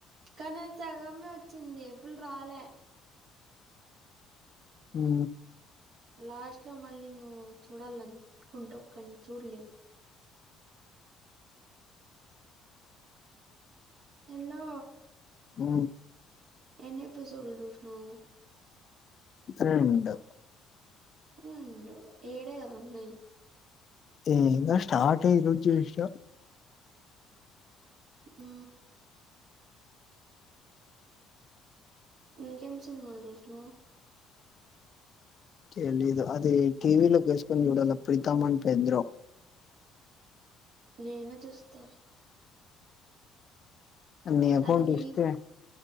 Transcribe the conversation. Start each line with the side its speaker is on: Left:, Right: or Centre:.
Right: కథ సగమే వచ్చింది ఫుల్లు రాలే
Left: ఉ
Right: లాస్ట్ లో మళ్ళీ నిన్ను చూడాల అనుకుంటూ కాని చూడలేవు హలో
Left: ఉ
Right: ఎన్ని ఎపిసోడ్లు చూసినవు
Left: రెండు
Right: ఉండు ఏడే కదా ఉండేది
Left: ఇంకా స్టార్ట్ అయింది వచ్చేసిన
Right: ఉ ఇంకేం సినిమాలు చూసినవ్
Left: తెలియదు అది టీవీ లో వేసుకొని చూడాల ప్రీతా ఫైండ్ పేంద్ర
Right: నీనే చూస్తా
Left: నీ అకౌంట్
Right: అది రీల్స్
Left: ఇస్తే